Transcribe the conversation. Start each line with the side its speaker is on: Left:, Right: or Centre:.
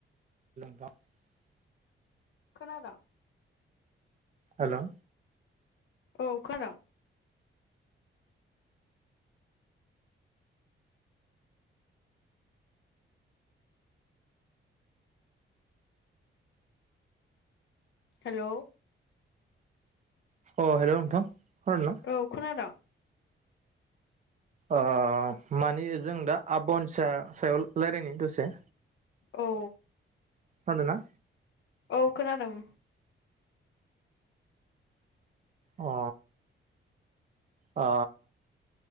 Right: <unintelligible>
Left: खोनादोंं
Right: हेलौ
Left: औ खोनादों हेलौ
Right: अ हेलौ नोंथां खोनादोंना?
Left: औ खोनादों
Right: अ माने जों दा आबानसा सायाव रायलायनि दसे
Left: औ
Right: खोनादों ना
Left: औ खोनादों
Right: अ आ